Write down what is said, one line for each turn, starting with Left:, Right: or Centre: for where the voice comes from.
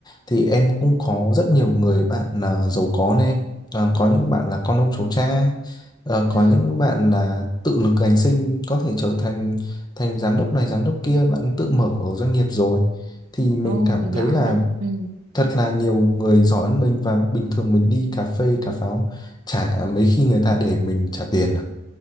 Left: Thì em cũng có rất nhiều người bạn là giàu có nên em. Ờ, có những bạn là con ông cháu cha, Ờ,
Right: ừ
Left: có những bạn là tự lực cánh sinh có thể trở thành thành giám đốc này giám đốc kia, bạn tự mở ở doanh nghiệp rồi. Thì mình
Right: ồ
Left: cảm thấy
Right: giỏi
Left: là
Right: rồi ừ
Left: thật là nhiều người giỏi hơn mình và bình thường mình đi cà phê cà pháo chả mấy khi người ta để mình trả tiền